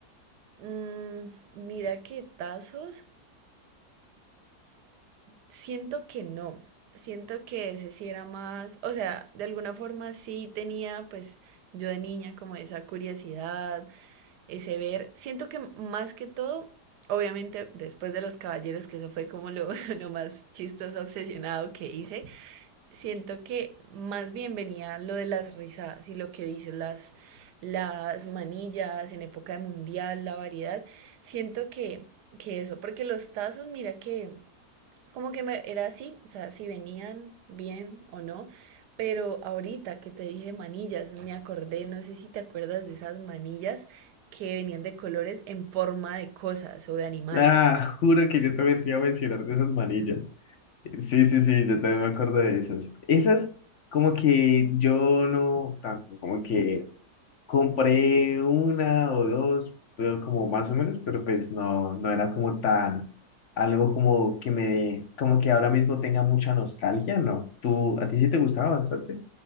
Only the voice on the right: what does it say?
Mm, mira que tazos, siento que no. Siento que ese sí era más, o sea, de alguna forma sí tenía, pues yo de niña como esa curiosidad, ese ver. Siento que más que todo, obviamente después de Los Caballeros, que eso fue como lo, <laughs> lo más chistoso, obsesionado que hice, siento que más bien venía lo de las risadas y lo que dices, las, las manillas en época de mundial, la variedad. Siento que, que eso, porque los tazos, mira que como que me, era así, o sea, si venían bien o no, pero ahorita que te dije manillas, me acordé, no sé si te acuerdas de esas manillas que venían de colores en forma de cosas o de animales.